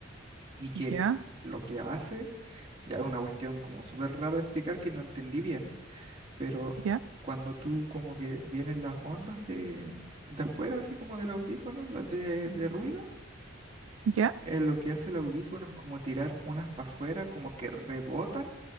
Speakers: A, on the right; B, on the right.
A: y que
B: ya,
A: lo que hace, ya es una cuestión como súper rara de explicar que no entendí bien, pero
B: ya,
A: cuando tú como que vienen las ondas de, de afuera, así como del audífono, las de, de ruido,
B: ya,
A: eh, lo que hace el audífono es como tirar unas para afuera, como que rebotan